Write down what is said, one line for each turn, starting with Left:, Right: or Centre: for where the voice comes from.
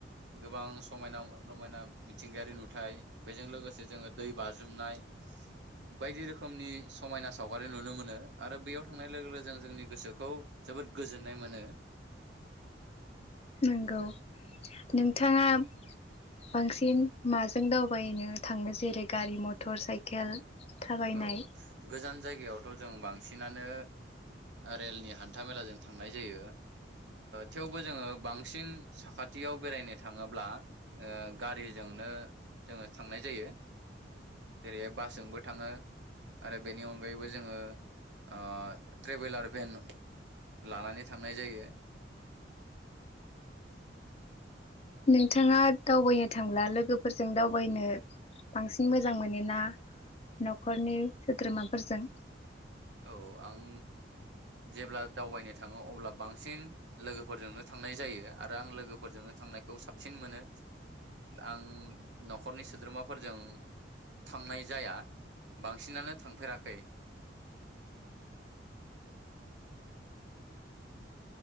Right: गोबां समायना रमायना मिथिंगायारि नुथाय बेजों लोगोसे जोङो दै बाज्रुमनाय बायदि रोखोमनि समायना सावगारि नुनो मोनो आरो बेयाव थांनाय लोगो लोगो ज जोंनि गोसोखौ जोबोद गोजोननाय मोनो।
Left: नंगौ नोंथाङा बांसिन माजों दावबायनो थाङो जेरै गारि मटर साइकेल थाबायनाय
Right: औ गोजान जायगायाव जों बांसिनानो रेलनि हान्था मेलाजों थांनाय जायो थेवबो जोङो बांसिन साखाथियाव बेरायनो थाङोब्ला गारिजोंनो जोङो थांनाय जायो जेरैहाय बासजोंबो थाङो। आरो बेनि अनगायैबो जोङो ओ ट्रेभेलार भेन लाना थांनाय जायो।
Left: नोंथाङा दावबायनो थांब्ला लोगोफोरजों दावबायनो बांसिन मोजां मोनोना न'खरनि सोद्रोमाफोरजों
Right: औ आं जेब्ला दावबायनो थाङो अब्ला बांसिन लोगोफोरजोंनो थांनाय जायो। आरो आं लोगोफोरजोंनो थांनायखौ साबसिन मोनो आं न'खरनि सोद्रोमाफोरजों थांनाय जाया बांसिनानो थांफेराखै <inaudible>